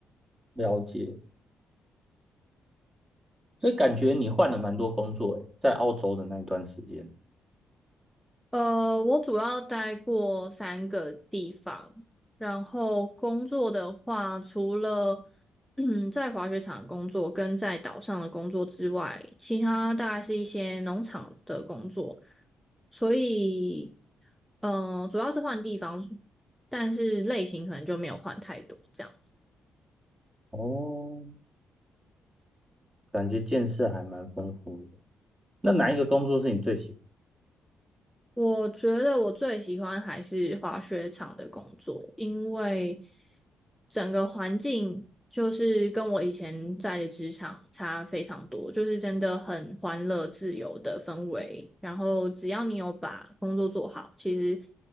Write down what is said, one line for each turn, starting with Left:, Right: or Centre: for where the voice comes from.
Right: 了解，所以感觉你换了蛮多工作诶，在澳洲的那一段时间。
Centre: 呃，我主要待过三个地方，然后工作的话，除了嗯 <clears throat> 在滑雪场工作跟在岛上的工作之外，其他大概是一些农场的工作，所以，呃，主要是换地方，但是类型可能就没有换太多这样子。
Right: 哦，感觉见识还蛮丰富的。那哪一个工作是你最喜
Centre: 我觉得我最喜欢还是滑雪场的工作，因为整个环境就是跟我以前在的职场差非常多，就是真的很欢乐、自由的氛围。然后只要你有把工作做好，其实